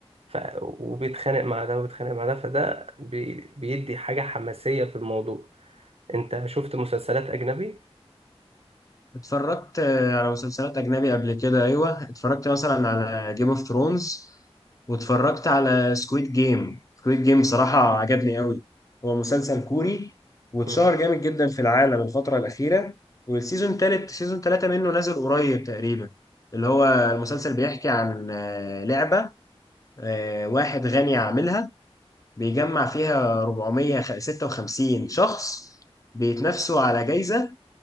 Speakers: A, on the right; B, on the left.
A: ف... وبيتخانق مع ده وبيتخانق مع ده فده بي... بيدي حاجه حماسيه في الموضوع انت شفت مسلسلات اجنبي
B: اتفرجت آه، على مسلسلات اجنبي قبل كده ايوه اتفرجت مثلا على جيم اوف ثرونز واتفرجت على سكويد جيم سكويد جيم صراحة عجبني قوي هو مسلسل كوري واتشهر
A: مم.
B: جامد جدا في العالم الفترة الأخيرة والسيزون تالت سيزون تلاتة منه نازل قريب تقريبا اللي هو المسلسل بيحكي عن آه، لعبة آه، واحد غني عاملها بيجمع فيها 456 شخص بيتنافسوا على جايزة